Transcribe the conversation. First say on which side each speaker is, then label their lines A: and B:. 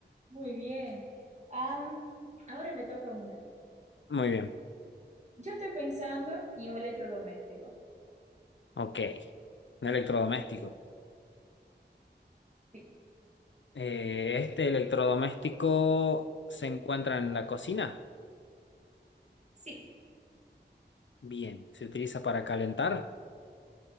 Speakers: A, on the right; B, on the left.
A: Muy bien. Am, ahora me toca una.
B: Muy bien.
A: Yo estoy pensando en un electrodoméstico.
B: Ok. Un electrodoméstico.
A: Sí,
B: Eh, este electrodoméstico se encuentra en la cocina.
A: Sí,
B: Bien. ¿Se utiliza para calentar?